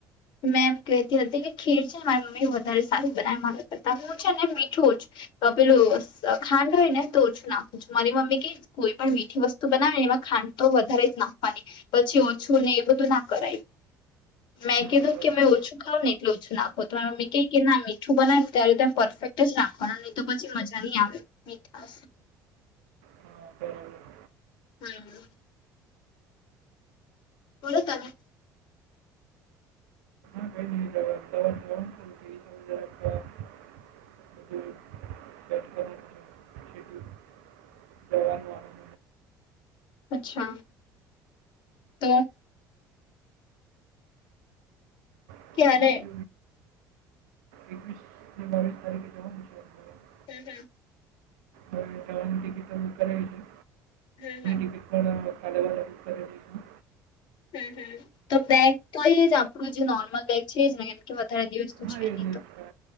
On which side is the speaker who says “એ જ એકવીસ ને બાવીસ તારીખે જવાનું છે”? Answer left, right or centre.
Right